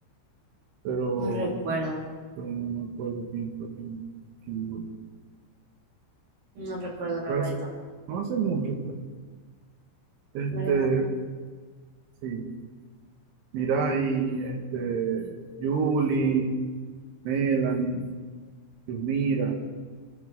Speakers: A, on the right; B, on the right.
A: pero,
B: No recuerdo,
A: pero no me acuerdo quién fue quién, quién murió.
B: no recuerdo la
A: Fue
B: verdad,
A: hace-
B: yo tampoco,
A: no hace mucho fue. Este,
B: ¿verdad?
A: sí, Mirai, este, Julie, Melanie, Yusmira.